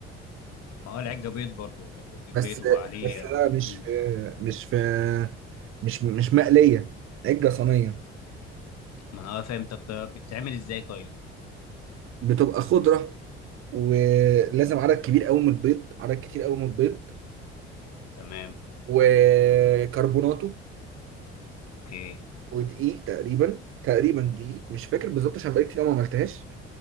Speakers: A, on the left; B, on the right.
A: ما هو العجة بيض برضه يعني أنت بتجيب
B: بس
A: بيض وعليه
B: بس
A: آه،
B: لا مش
A: مم.
B: في مش في مش مش مقليه عجه صينيه
A: ما أنا فاهم طب بتعمل إزاي طيب
B: بتبقى خضره ولازم عدد كبير قوي من البيض عدد كتير قوي من البيض
A: تمام
B: وكربوناتو
A: اوكي
B: ودقيق تقريبا تقريبا دقيق مش فاكر بالظبط عشان بقالي كتير أوي ما عملتهاش